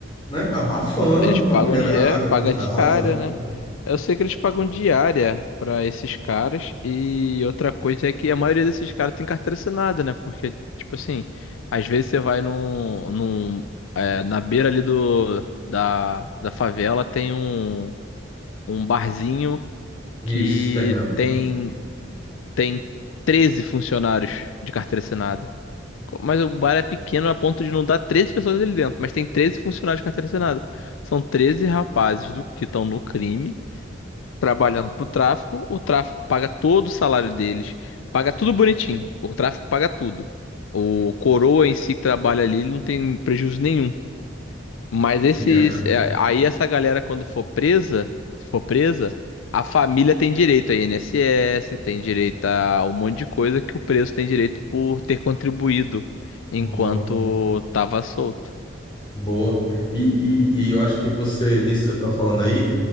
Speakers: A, on the left (about 25°); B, on the left (about 75°).
A: né? Abafando
B: Eles
A: com
B: pagam
A: a mulherada,
B: di- é, paga
A: com casa,
B: diária,
A: né?
B: né? Eu sei que eles pagam diária pra esses caras e outra coisa é que a maioria desses caras tem carteira assinada, né? Porque tipo assim, às vezes você vai num, num é, na beira ali do da, da favela tem um, um barzinho
A: Isso,
B: que
A: tem mesmo.
B: tem tem 13 funcionários de carteira assinada. Mas o bar é pequeno a ponto de não dar 13 pessoas ali dentro, mas tem 13 funcionários de carteira assinada. São 13 rapazes do que estão no crime, trabalhando pro tráfico. O tráfico paga todo o salário deles, paga tudo bonitinho. O tráfico paga tudo. O coroa em si que trabalha ali, ele não tem prejuízo nenhum. Mas esses.
A: E é mesmo.
B: é, Aí essa galera, quando for presa, se for presa, a família tem direito a INSS, tem direito a um monte de coisa que o preso tem direito por ter contribuído enquanto
A: Boa,
B: tava solto.
A: boa. E, e, e eu acho que você, nisso que você tá falando aí,